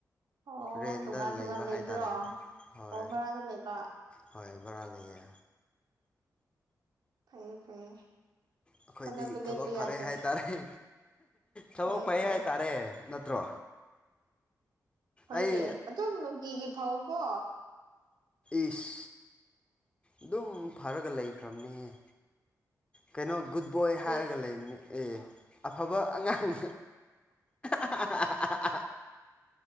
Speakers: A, on the right; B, on the left.
A: ꯑꯣ
B: ꯔꯦꯟꯗ
A: ꯇꯣꯉꯥꯟ
B: ꯂꯩꯕ
A: ꯇꯣꯉꯥꯟ ꯂꯩꯕ꯭ꯔꯣ
B: ꯍꯥꯏꯇꯥꯔꯦ ꯍꯣꯏ
A: ꯑꯣ ꯕꯔꯥꯗ ꯂꯩꯕ
B: ꯍꯣꯏ ꯕꯔꯥ ꯂꯩꯌꯦ
A: ꯐꯩꯌꯦ ꯐꯩꯌꯦ
B: ꯑꯩꯈꯣꯏꯗꯤ
A: ꯍꯣꯠꯅꯕ ꯂꯦꯞꯄ
B: ꯊꯕꯛ ꯐꯔꯦ
A: ꯌꯥꯗꯦ
B: ꯍꯥꯏꯇꯥꯔꯦ ꯊꯕꯛ
A: ꯐꯩꯌꯦ
B: ꯐꯩ
A: ꯐꯩꯌꯦ
B: ꯍꯥꯏꯇꯥꯔꯦ ꯅꯠꯇ꯭ꯔꯣ
A: ꯍꯣꯏꯅꯦ
B: ꯑꯩ
A: ꯑꯗꯨꯝ ꯅꯨꯡꯇꯤꯒꯤ ꯐꯧꯀꯣ
B: ꯏꯁ ꯑꯗꯨꯝ ꯐꯔꯒ ꯂꯩꯈ꯭ꯔꯕꯅꯦꯍꯦ ꯀꯩꯅꯣ ꯒꯨꯠ ꯕꯣꯏ
A: ꯍꯌꯦ
B: ꯍꯥꯏꯔꯒ ꯂꯩꯕꯅꯦ ꯑꯦ ꯑꯐꯕ ꯑꯉꯥꯡ ꯍꯥ ꯍꯥ ꯑꯍꯥ